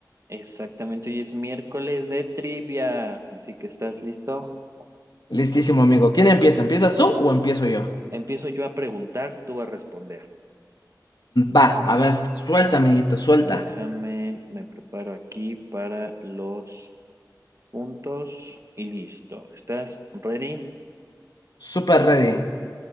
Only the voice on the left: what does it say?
Listísimo, amigo. ¿Quién empieza? ¿Empiezas tú o empiezo yo?
Va, a ver, suelta, amiguito, suelta.
Super ready.